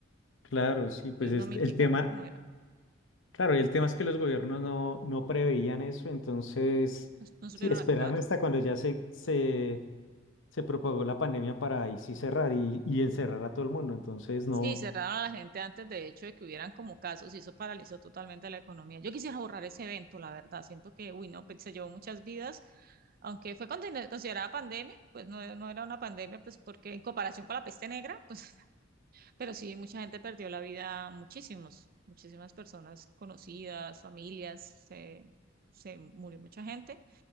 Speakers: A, on the left; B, on the right.
A: claro, sí, pues
B: Entonces
A: es-
B: no mitigaron
A: el tema
B: como era,
A: Claro, y el tema es que los gobiernos no, no preveían eso, entonces
B: no, no supieron
A: sí, esperaron
B: actuar.
A: hasta cuando ya se, se, se propagó la pandemia para ahí sí cerrar y, y encerrar a todo el mundo. Entonces, no,
B: Sí, cerraron a la gente antes de hecho de que hubieran como casos y eso paralizó totalmente la economía. Yo quisiera borrar ese evento, la verdad. Siento que, uy, no, pues, se llevó muchas vidas. Aunque fue conten- considerada pandemia, pues no, no era una pandemia, pues porque en comparación con la peste negra, pues, <laughs> pero sí, mucha gente perdió la vida, muchísimos, muchísimas personas conocidas, familias, se, se murió mucha gente.